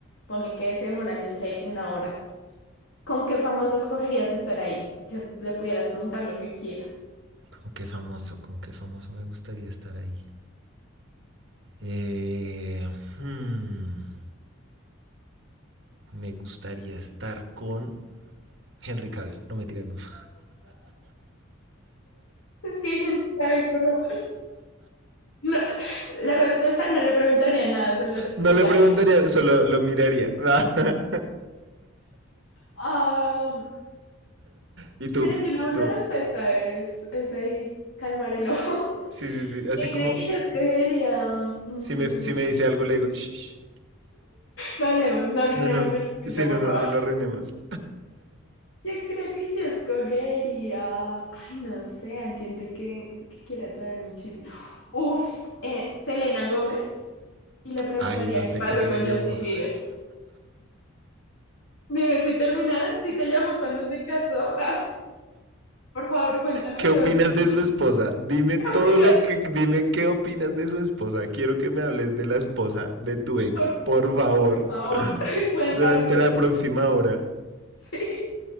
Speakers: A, on the left; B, on the right.
A: ponle que se demoran, no sé, una hora, ¿con qué famoso escogerías estar ahí? Que le pudieras preguntar lo que quieras.
B: ¿Con qué famoso? ¿Con qué famoso me gustaría estar ahí? Eh, hmm. me gustaría estar con Henry Cavill. No me tiras, no. <laughs>
A: Es que siento que, ay, por favor. No, la respuesta no le preguntaría nada, solo le
B: No
A: diría.
B: le preguntaría, solo lo miraría. <laughs>
A: Ah,
B: y tú,
A: pero es una buena
B: tú.
A: respuesta, es, es ahí, calmar el ojo. <laughs>
B: Sí, sí, sí. Así
A: Yo
B: como
A: creo que yo escogería. Mm,
B: si me, si me dice algo, le digo, shh.
A: No hablemos, no arruinemos
B: no, no.
A: el momento,
B: Sí, no,
A: por
B: no,
A: favor.
B: no lo arruinemos.
A: Yo creo que yo escogería, ay, no sé, alguien de que, que quiera saber un chisme. Uf, eh, Selena Gómez y le preguntaría
B: Ay, no
A: qué
B: te
A: pasó
B: creo.
A: con Justin Bieber. Dime si terminaron, si te llamo cuando se casó. Ah, por favor, cuéntame
B: ¿Qué opinas
A: todo el chisme.
B: de su esposa?
A: <laughs>
B: Dime todo
A: ¿Qué opinas?
B: lo que. Dime qué opinas de su esposa. Quiero que me hables de la esposa de tu ex,
A: Por,
B: por favor.
A: por favor, <laughs> cuéntame
B: Durante
A: todo
B: la
A: el-
B: próxima hora.
A: Sí.